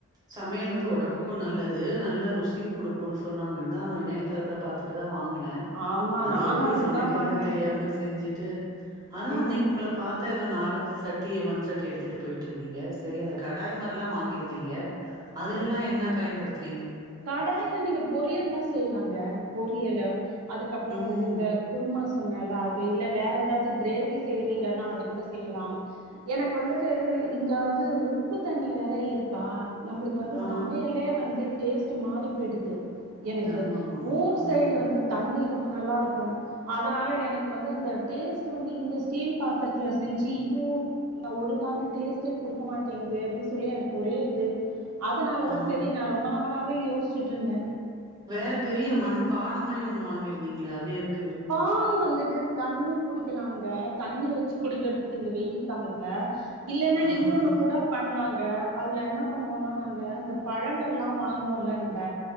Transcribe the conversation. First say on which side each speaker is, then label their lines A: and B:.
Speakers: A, on the right; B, on the right.
A: சமையல் வந்து ஒடம்புக்கு நல்லது நல்ல ருசியு குடுக்குன்னு சொன்னாங்கன்னுதா இணைய த்தலத்துல பாத்துட்டுதா வாங்கினே
B: ஆமா
A: அது
B: நானு
A: எப்படி
B: அதுதா
A: சமைக்கிறதுனு
B: வாங்குனே
A: தெரியாம செஞ்சுட்டு அதா
B: ம்
A: அன்னைக்கு உங்களை பாத்த ஏதோ நாலஞ்சு சட்டிய மண் சட்டி எடுத்துட்டு போயிட் டு இருந்தீங்க சேரி அந்த கடாய் மாரில்லா வாங்கிருந்தீங்க அதுல எல்லாம் என்ன பயன்படுத்துறீங்க
B: கடாயில நீங்க பொரியல்லா செய்யலாங்க பொரியலு அதுக்கப்பறோ
A: ம்
B: வந்து இந்த குருமா சொன்னேல்ல அது இல்ல வேற ஏதாவது கிரேவி செய்றீங்கனா அது கூட செய்யலா எனக்கு வந்துட்டு இங்க வந்து உப்பு தண்ணி வேற இருக்கா நம்ளுக்கு வந்து
A: ஆ
B: சமையலே வந்து டேஸ்ட் மாறி போயிடுது எனக்கு
A: ஆமாமா
B: ஊர்
A: ம்
B: சைடு வந்து தண்ணி ரொம்ப நல்லா இருக்கு அதனால எனக்கு வந்து அந்த டேஸ்ட் வந்து இந்த ஸ்டீல் பாத்திரத்துல செஞ்சு இதுவு நா ஒழுங்கான டேஸ்ட்டே குடுக்க மாட்டேங்குது அப்டின்னு சொல்லி எனக்கு ஒரே இது அதனாலதா
A: ஆ
B: சேரி நா ரொம்ப நாளாவே யோசிச்சுட்டுருந்த
A: வேற பெரிய மண் பான மாரி ஒண்ணு வாங்கிருந்தீங்களே அது எதுக்
B: பான வந்துட்டு தண்ணி குடிக்கலாங்க தண்ணி வச்சு குடிக்கறதுக்கு இந்த வெயில் காலத்துல இல்லன்னா
A: ஆஹா
B: இன்னொன்னு கூட பண்ணலாங்க அதுல என்ன பண்ணுவோன்னா நாங்க இந்த பழங்கள்லா வாங்குவோல நம்ப